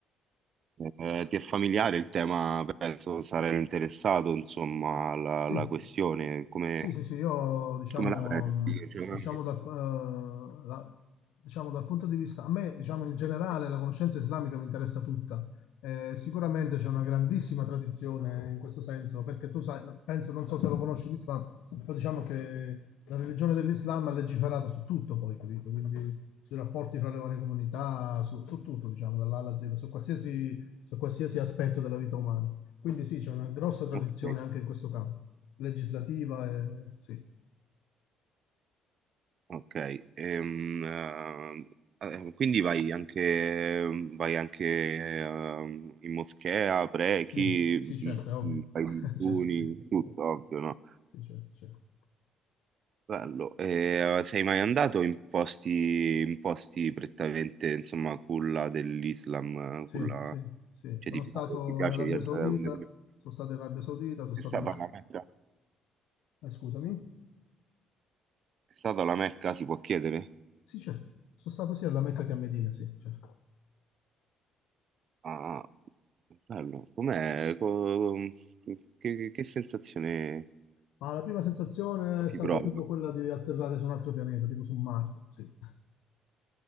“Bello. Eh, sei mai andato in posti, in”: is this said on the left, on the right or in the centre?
Right